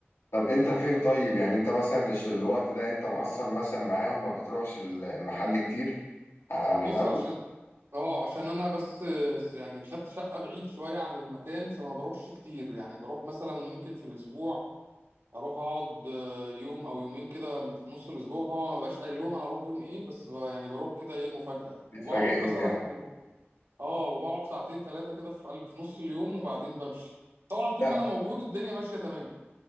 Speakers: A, on the left; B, on the right.
A: طب انت فين طيب يعني انت مثلا الش- الوقت ده انت مقصر مثلا معاهم ما بتروحش ال- المحل كتير عن
B: بص
A: الاول
B: عشان اه عشان انا بس س- يعني خدت شقه بعيد شويه عن المكان فما بروحش كتير يعني بروح مثلا ممكن في الاسبوع اروح اقعد آه، يوم او يومين كده في نص الاسبوع طبعا ما ببقاش قايل لهم انا هروح يوم ايه بس ب- يعني بروح كده ايه مفاجأة
A: بتفاجئهم
B: وبقعد مثلا
A: يعني
B: اه وبقعد ساعتين ثلاثة كده في قلب في نص اليوم وبعدين بمشي طبعا طول
A: لا
B: ما انا موجود الدنيا ماشية تمام